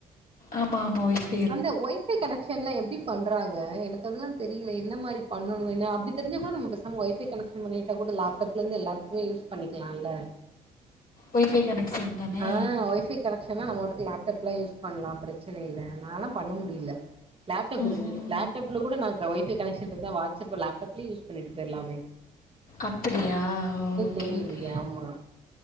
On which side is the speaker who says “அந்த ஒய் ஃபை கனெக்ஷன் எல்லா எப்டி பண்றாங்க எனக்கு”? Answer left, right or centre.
Right